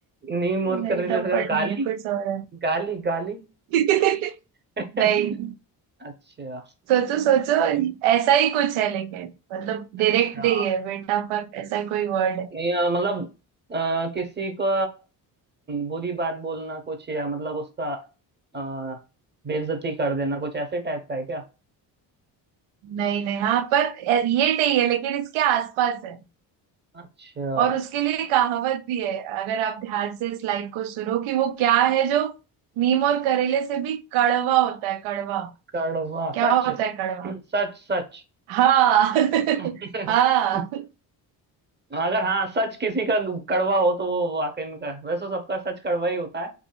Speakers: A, on the right (about 20°); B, on the right (about 75°).
A: नीम और
B: नहीं
A: करेले
B: थप्पड़
A: से कड़- गाली
B: नहीं है कुछ और है
A: गाली गाली
B: <laughs>
A: <laughs>
B: नहीं
A: अच्छा
B: सोचो सोचो ऐसा ही कुछ है लेकिन मतलब
A: अच्छा
B: डायरेक्ट नहीं है बेटा पर ऐसा कोई वर्ड है
A: या मतलब अ, किसी का बुरी बात बोलना कुछ या मतलब उसका अ, बेइज्जती कर देना कुछ ऐसे टाइप का है क्या
B: नहीं नहीं हाँ पर ये नहीं है लेकिन इसके आसपास है
A: अच्छा
B: और उसके लिए कहावत भी है अगर आप ध्यान से इस लाइन को सुनो कि वो क्या है जो नीम और करेले से भी कड़वा होता है कड़वा
A: कड़वा
B: क्या
A: सच
B: होता है कड़वा
A: <clears throat> सच सच
B: हाँ <laughs>
A: <laughs>
B: हाँ
A: अगर हाँ सच किसी का कड़वा हो तो वो वाकई में कर वैसे सबका सच कड़वा ही होता है